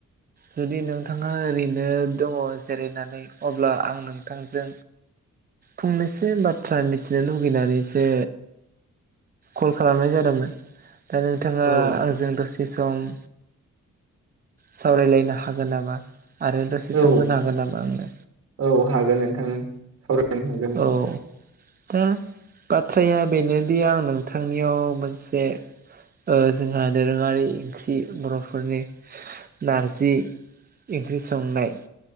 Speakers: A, on the right; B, on the right.
A: जुदि नोंथांङा ओरैनो दंङ' जिरायनानै अब्ला आं नोंथांजों फंनैसो बाथ्रा मिथिनो लुगैनानैसो कल खालामनाय जादोंमोन दा नोंथांङा
B: औ
A: आंजों दसे सम सावरायलायनो हागोन नामा? आरो दसे
B: औ
A: सम होनो हागोन नामा आंनो?
B: औ हागोन नोंथां सावरायनो हागोन नोंथां
A: औ दा बाथ्राया बेनोदि आं नोंथांनियाव मोनसे ओ जोंहा दोरोङारि ओंख्रि बर' फोरनि नारजि ओंख्रि संनाय